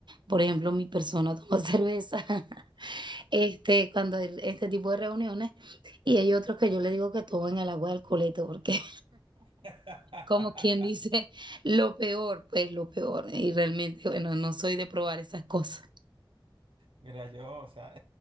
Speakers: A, on the right (about 60°); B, on the right (about 85°).
A: Por ejemplo, mi persona toma <laughs> cerveza este, cuando hay este tipo de reuniones. Y hay otros que yo le digo que tomen el agua del coleto porque
B: <laughs>
A: como quien dice, <laughs> lo peor, pues lo peor. Y realmente, bueno, no soy de probar esas cosas.
B: Mira, yo, o sea,